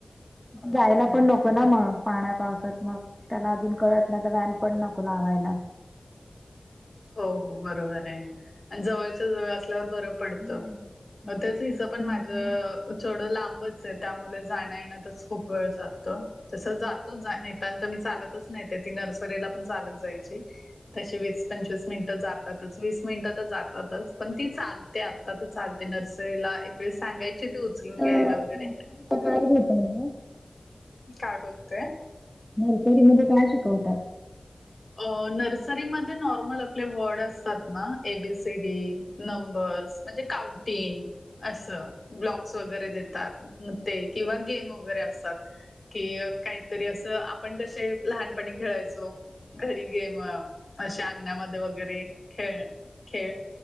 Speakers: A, on the left (about 50°); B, in the centre.
A: ओके
B: जायला पण नको नको ना मग पाण्या पावसात मग त्याला अजून कळत नाही तर व्हॅन पण नको लावायला
A: हो हो, बरोबर आहे, आणि जवळच्या जवळ असल्यावर बरं पडतं.
B: नर्सरीला
A: त्याच हिस पण माझ, थोडं लांबचऽ त्यामुळे जाण येन्यातच खूप वेळ जातो,, तस जातो नायतर मी चालतच नऽ त नर्सरीला पण चालत जायची,, तशी वऽ पंचवीस मिनिटं जातातच,, वीस मिनिटं तर जातातच,, पण ती चालते,, आता तर चालते, नर्सरीला एकऽ सांगायची ते उचलून घ्यायला
B: नर्सरीला
A: वगैरे
B: काय घेतात ग
A: काय बोलतय
B: नर्सरी मध्ये काय शिकवतात
A: अ नर्सरीमध्ये नॉर्मल आपले वर्ड असतात ना एबीसीडी नंबर्स म्हणजे काउंटिंग असं ब्लॉक्स वगैरे देतात ते किंवा गेम वगैरे असतात कि काहीतरी असं आपण कसे लहानपणी खेळायचो घरी गेम अशी अंगण्यामध्ये वगैरे खेळ खेळ